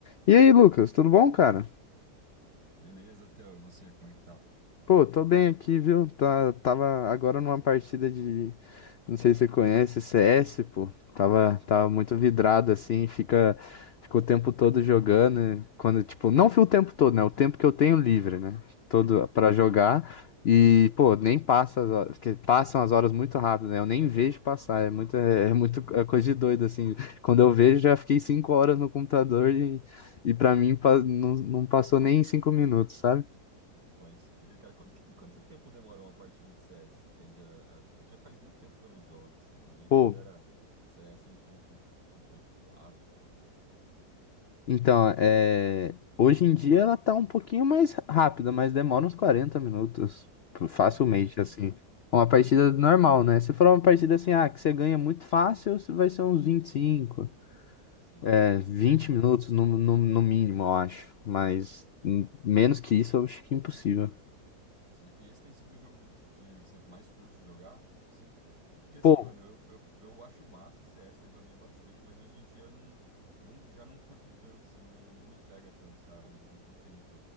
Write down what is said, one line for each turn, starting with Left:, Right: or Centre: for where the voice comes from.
Left: E aí, Lucas, tudo bom, cara?
Right: Beleza, Theo, e você, como é que tá?
Left: Pô, tô bem aqui, viu? Tá, tava agora numa partida de, não sei se você conhece, CS, pô. Tava, tava muito
Right: Beleza.
Left: vidrado assim, fica, fica o tempo todo jogando, né? quando tipo, não fui o tempo todo, né? O tempo que eu tenho livre, né? Todo pra jogar e, pô, nem passa as horas, porque passam as horas muito rápido, né? Eu nem vejo passar, é muito, é é muito
Right: Uhum.
Left: é coisa de doido assim. Quando eu vejo, já fiquei cinco horas no computador e, e para mim pa- não, não passou nem cinco minutos, sabe?
Right: Pode crer, cara. Quanto, que- quanto tempo demora uma partida de CS? Tende a, a- Porque faz muito tempo que eu não jogo, assim. Eu joguei
Left: Pô,
Right: quando era CS ponto um ponto quatro, um ponto zero, não sei.
Left: Então, é... hoje em dia ela tá um pouquinho mais rápida, mas demora uns 40 minutos, p- facilmente,
Right: Ah,
Left: assim.
Right: tá.
Left: Uma partida
Right: Aham,
Left: normal, né? Se for uma partida assim, ah, que você ganha muito fácil, você vai ser uns 25,
Right: Sim.
Left: é, 20 minutos no, no, no mínimo, eu acho. Mas hum, menos que isso, eu acho que é impossível.
Right: Se- E esse tem sido o jogo que, que você mais curte jogar, assim? Porque assim,
Left: Pô,
Right: mano, eu, eu, eu acho massa CS, já joguei bastante, mas hoje em dia eu não, não, já não curto tanto, assim, não, não me pega tanto, sabe? Não, não tenho muita,